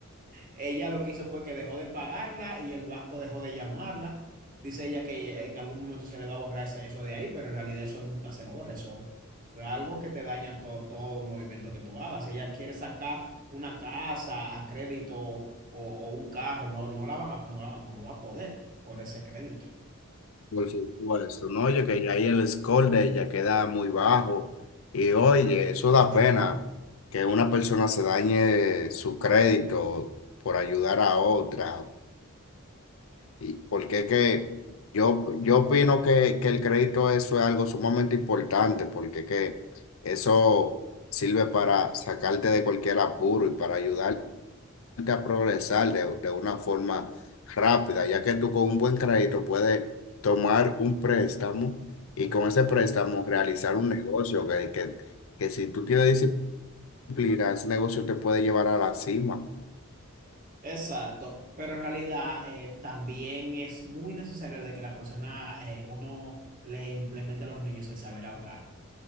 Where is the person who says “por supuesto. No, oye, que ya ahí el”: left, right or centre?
Left